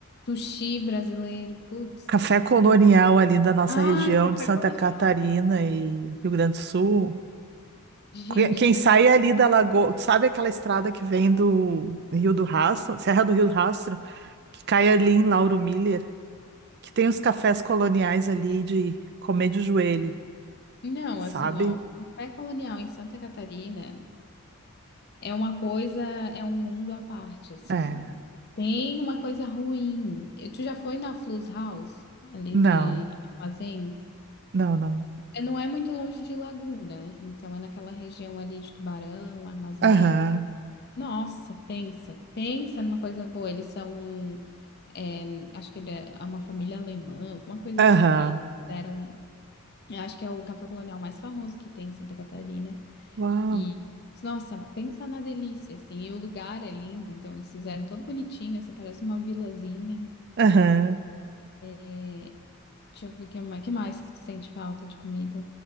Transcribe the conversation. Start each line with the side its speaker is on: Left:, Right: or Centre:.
Left: Sushi brasileiro, putz.
Right: café colonial ali da nossa
Left: Ai,
Right: região
Left: café
Right: de Santa
Left: colonial.
Right: Catarina e Rio Grande do Sul.
Left: Gente
Right: Que- Quem
Left: do céu.
Right: sai ali da Lagoa, sabe aquela estrada que vem do Rio do Rastro, Serra do Rio do Rastro, que cai ali em Lauro Miller, que tem os cafés coloniais ali de comer de joelho,
Left: Não,
Right: sabe?
Left: assim, ó, café colonial em Santa Catarina. É uma coisa, é um mundo à parte, assim,
Right: É,
Left: ó. Tem uma coisa ruim. E Tu já foi na Flus House, ali
Right: não,
Left: de Armazém?
Right: não, não.
Left: É, não é muito longe de Laguna, então é naquela região ali de Tubarão, Armazém.
Right: Aham,
Left: Nossa, pensa, pensa numa coisa boa. Eles são, é, acho que ele é é uma família alemã, alguma coisa
Right: aham,
Left: assim. E eles fizeram, eu acho que é o café colonial mais famoso que tem em Santa Catarina.
Right: uau,
Left: E, nossa, pensa na delícia, assim. E o lugar é lindo, então eles fizeram todo bonitinho, assim, parece uma vilazinha.
Right: aham.
Left: É, Deixa eu ver o que mais, que mais que tu sente falta de comida.